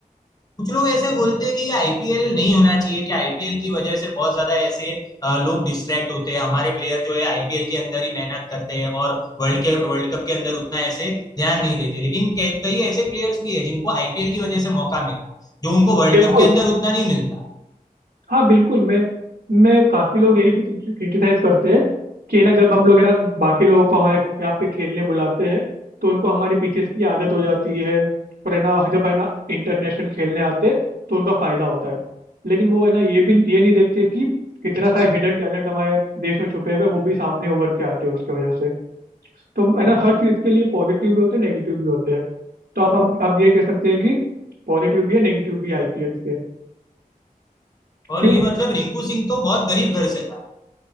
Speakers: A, on the left; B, on the right.
A: कुछ लोग ऐसे बोलते हैं कि ये आईपीएल नहीं होना चाहिए कि आईपीएल की वजह से बहुत ज्यादा ऐसे अ, लोग डिस्ट्रैक्ट होते हैं हमारे प्लेयर जो है आईपीएल के अंदर ही मेहनत करते हैं और वर्ल्ड के वर्ल्ड कप के अंदर उतना ऐसे ध्यान नहीं देते लेकिन कई कई ऐसे प्लेयर्स भी है जिनको आईपीएल की वजह से मौका मिला जो उनको वर्ल्ड
B: बिल्कुल
A: कप के अंदर उतना नहीं मिलता
B: हाँ बिल्कुल मैं मैं काफी लोग यही भी क्रिटिसाइज करते हैं कि ना जब हम लोग है ना बाकी लोगों को हमारे यहाँ पे खेलने बुलाते हैं तो उनको हमारी पिचेस की आदत हो जाती है और है ना जब है ना इंटरनेशनल खेलने आते हैं तो उनका फायदा होता है लेकिन वो है ना ये भी ये नहीं देखते कि इतना सारा हिडन टैलेंट हमारे देश में छुपे हुए हैं, वो भी सामने उभर के आते हैं उसके वजह से तो है ना हर चीज के लिए पॉजिटिव भी होते हैं नेगेटिव भी होते हैं तो आप हम आप ये कह सकते हैं कि पॉजिटिव भी है नेगेटिव भी आईपीएल के
A: और
B: क्यों
A: ये मतलब रिंकू सिंह तो बहुत गरीब घर से था